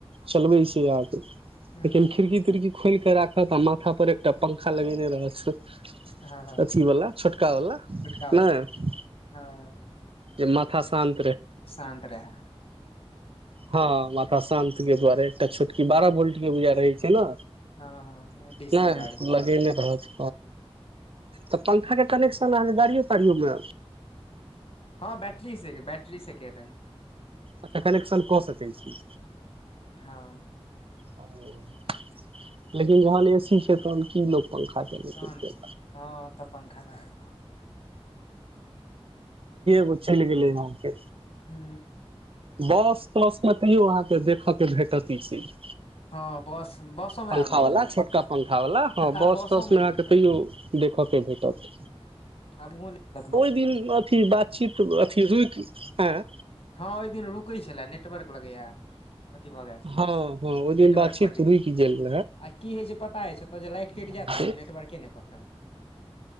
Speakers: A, on the right (about 60°); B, on the left (about 65°).
A: चलबे छै आहके लेकिन
B: हँ
A: खिड़की तिड़की खोल के राखत आ माथा पर एकटा पंखा लगेने रहैत
B: हँ हँ
A: अथीवला छोटकावला
B: छोटका
A: नहि
B: वाला हँ
A: जे मथा सान
B: शान्त रहै
A: हँ माथा शान्त के दुआरे एकटा छोटकी बारह भोल्ट के बूजा रहै छै ने
B: हँ हँ डीसी
A: ते
B: वाला रहै छै
A: लगेने रहत तऽ पंखा के कनेक्शन अहाँके गाड़ियओ ताड़ियओमे
B: हँ बैटरी से बैटरी से क रहे है
A: अच्छा कनेक्शन कऽ सकै छी
B: हँ
A: ओ लेकिन जहन एसी छै तहन की लोक पंखा चलेते
B: तहन हँ तऽ पंखा लागल कोन
A: ह चल गेल लैके
B: हू
A: बस तस मे तैयो अहाँ के देखय के भेटत ई चीज
B: हँ बस बसो मे
A: पंखा
B: आब नहि मिलत
A: वाला छोटका पंखा वाला हँ
B: आब
A: बस
B: बसो
A: तस
B: नहि
A: मे
B: मिलत
A: तैयो देखक के भेटत
B: आबूहो नहितब
A: ओहि दिन
B: <unintelligible>
A: अथी बातचीत अथी रुकि है
B: हँ ओहि दिन रुकै छल नेटवर्क लगैया अथी भेय गेल छल
A: हँ हँ ओहि दिन
B: नेटवर्क
A: बातचीत
B: कटै
A: रुकि गेल
B: आ की होय छै पता हे छै एतऽ जे लाइट कटि
A: रहै
B: जायत ने तऽ नेटवर्क नहि पकड़त